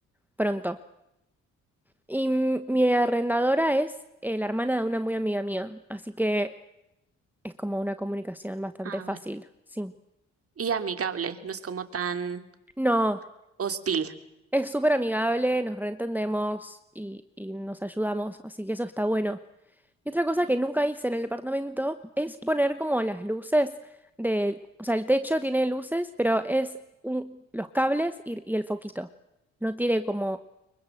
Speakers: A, in the centre; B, on the right.
A: pronto. Y m- mi arrendadora es eh, la hermana de una muy amiga mía, así que es como una comunicación bastante
B: Ah,
A: fácil,
B: bueno.
A: sí.
B: y amigable, no es como tan
A: No,
B: hostil.
A: es súper amigable, nos reentendemos y, y nos ayudamos, así que eso está bueno. Y otra cosa que nunca hice en el departamento es poner como las luces del, o sea, el techo tiene luces, pero es un- los cables y, y el foquito. No tiene como,